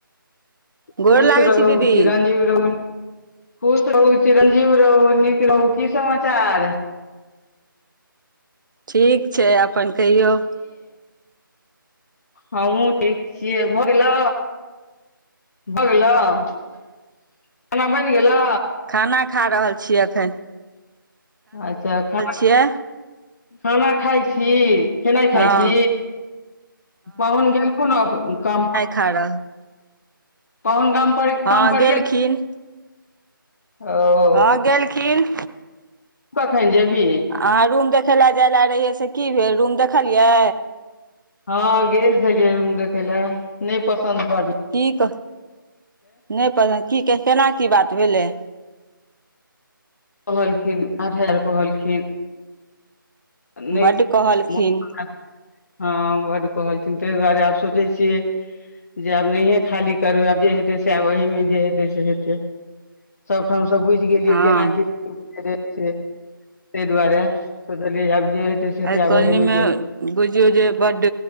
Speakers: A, on the right; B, on the left.
A: गोर
B: खुश
A: लागै
B: रहू
A: छी दीदी
B: <unintelligible> चिरंजीवी रहू खुश रहू चिरंजीव रहु नीक रहु की समाचार
A: ठीक छै अपन कहियौ
B: हमहू ठीक छियै भऽ गेलो भऽ गेलौ खाना बैन गेलौ
A: खाना खा रहल छी अखन
B: अच्छा खान
A: छियै
B: <inaudible> खाना खाइ छी खेनाइ खाइ
A: हँ
B: छी पाहुन गेलखुन ओ काम
A: खारह <inaudible>
B: पहुन गाम पर
A: ह
B: काम पर
A: गेलखिन
B: गेल <unintelligible>
A: हँ गेलखिन
B: तु कखेन जेबही
A: आहाँ रूम देखै ला जाय ला रहियै से की भेल रूम देखलियै
B: हँ गेल छलिय रूम देखै ला नय पसंद पड़लें
A: की कह न‌इ पसन्द की की केना की बात भेलै
B: कहलखिन आठ हजार कहलखिन न‌इ
A: बड्ड
B: मन
A: कहलखिन
B: <inaudible> मालल हँ बड कहलखिन तै दुआरे आब सोचै छियै जे आब नहिये खाली करबै आब जे हेतै से आब ओहीमे जे हेतै से हेतै सब ठाम स बुझ गेलियै
A: हँ
B: केना की <inaudible> तै दुआरे सोचलियै आब जे हेतै से
A: एहि
B: हेतै आब
A: कॉलनीमे
B: ओहिमे जे हेतै
A: बुझियौ जे बड